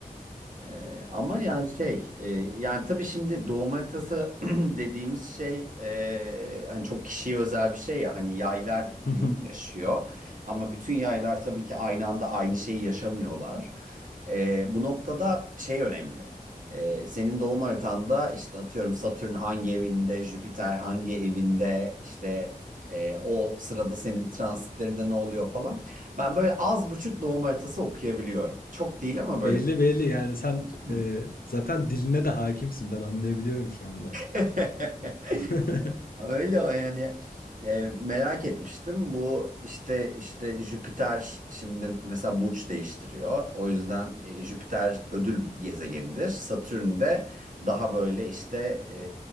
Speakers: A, on the right; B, on the left.
A: Ee, ama yani şey e, yani tabii şimdi doğum haritası <clears throat> dediğimiz şey e, hani çok kişiye özel bir şey ya hani yaylar
B: <laughs>
A: bunu yaşıyor ama bütün yaylar tabii ki aynı anda aynı şeyi yaşamıyorlar. Ee, bu noktada şey önemli. Ee, senin doğum haritanda işte atıyorum Satürn hangi evinde, Jüpiter hangi evinde işte e, o sırada senin transitlerinde ne oluyor falan. Ben böyle az buçuk doğum haritası okuyabiliyorum. Çok değil ama
B: Belli
A: böyle
B: belli yani sen
A: <laughs>
B: e, zaten diline de hakimsin ben anlayabiliyorum şu andan.
A: <laughs>
B: <laughs>
A: Öyle o yani E, merak etmiştim. Bu işte işte Jüpiter şimdi mesela burç değiştiriyor. O yüzden e, Jüpiter ödül gezegenidir. Satürn de daha böyle işte e,